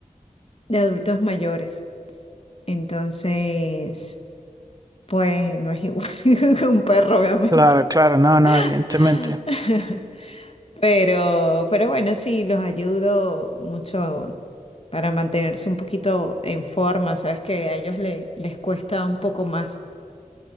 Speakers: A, on the left (about 45°); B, on the right (about 25°).
A: de adultos mayores. Entonces, pues no es igual <laughs> que un perro, obviamente.
B: Claro, claro, no, no,
A: <laughs>
B: evidentemente.
A: Pero, pero bueno, sí, los ayudo mucho para mantenerse un poquito en forma. Sabes que a ellos le- les cuesta un poco más.